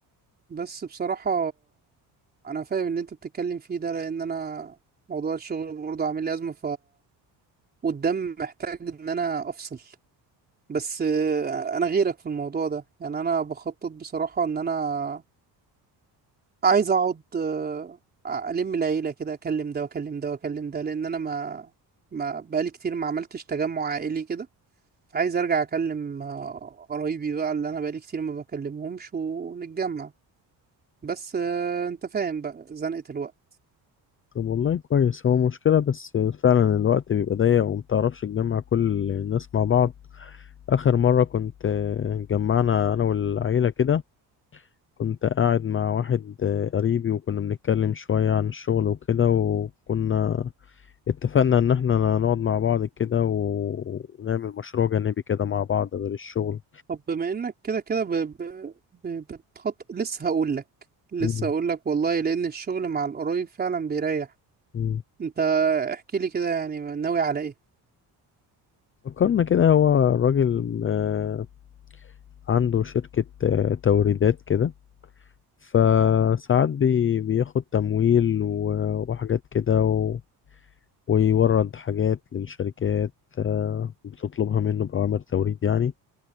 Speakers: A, on the right; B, on the left.
A: بس بصراحة انا فاهم ان انت بتتكلم فيه ده لان انا موضوع الشغل برضه عامل لي ازمة والدم محتاج ان انا افصل بس آه، انا غيرك في الموضوع ده يعني انا بخطط بصراحة ان انا عايز اقعد آه، الم العيلة كده اكلم ده واكلم ده واكلم ده لان انا ما ما بقالي كتير ما عملتش تجمع عائلي كده فعايز ارجع اكلم آه، قرايبي بقى اللي انا بقالي كتير ما بكلمهمش ونتجمع بس آه، انت فاهم بقى زنقة الوقت
B: طب والله كويس هو مشكلة بس فعلا الوقت بيبقى ضيق ومتعرفش تجمع كل الناس مع بعض آخر مرة كنت آه، جمعنا أنا والعيلة كده كنت قاعد مع واحد آه، قريبي وكنا بنتكلم شوية عن الشغل وكده وكنا اتفقنا ان احنا نقعد مع بعض كده و- ونعمل مشروع جانبي كده مع بعض غير الشغل
A: طب بما انك كده كده ب... ب... ب... بتخط لسه هقول لك لسه
B: مم.
A: هقول لك والله لان الشغل مع القرايب فعلا بيريح
B: مم.
A: انت احكي لي كده يعني ناوي على ايه
B: فكرنا كده هو الراجل آه، عنده شركة آه، توريدات كده فساعات بي بياخد تمويل و- وحاجات كده و- ويورد حاجات للشركات آه، بتطلبها منه بأوامر توريد يعني